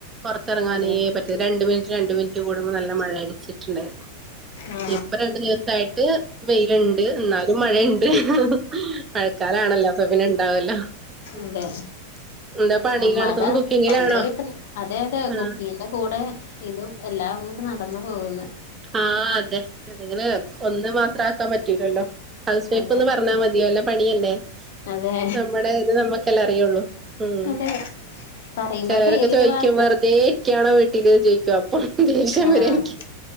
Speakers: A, on the right; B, on the left.
A: പുറത്തിറങ്ങാനേ
B: അതെതെ
A: പറ്റ രണ്ട് മിനിറ്റ് രണ്ടു മിനിറ്റ് കൂടുമ്പോ നല്ല മഴ അടിച്ചിട്ടുണ്ടായിരുന്നു
B: ആ
A: ഇപ്പൊ രണ്ടു ദിവസായിട്ട് വെയിലുണ്ട് എന്നാലും മഴയുണ്ട് മഴക്കാലാണല്ലോ അപ്പൊ പിന്നെ ഇണ്ടാവല്ലോ ഉം
B: അതെ
A: എന്താ പണിയിലാണോ
B: ആ മഴ
A: തോന്നുന്നു കുക്കിങ്ങിലാണോ
B: പണ്ട് കിട്ടുന്ന അതെ അതെ
A: ആഹ്
B: കുപ്പീന്റെ കൂടെ ഇതും എല്ലാം അങ്ങോട്ട് നടന്നു പോകുന്നു
A: ആഹ് അതെ അതെങ്കില് സ്വന്തം മാത്രാ ക്കാൻ പറ്റൂലല്ലോ ഹൗസ് വൈഫ്ന്ന്
B: അതെ
A: പറഞ്ഞാൽ മതിയോ നല്ല പണിയല്ലേ
B: അതെ
A: നമ്മുടെ ഇത് നമ്മുക്കെല്ല അറിയുള്ളൂ ഉം
B: അതെ പറയുമ്പോ
A: ചെലോലക്കെ
B: പേരിന്
A: ചോദിക്കും
B: മാത്രം
A: വെറുതെ ഇരിക്കാണോ വീട്ടില് അപ്പൊ ദേഷ്യം
B: ആഹ്
A: വരും എനിക്ക്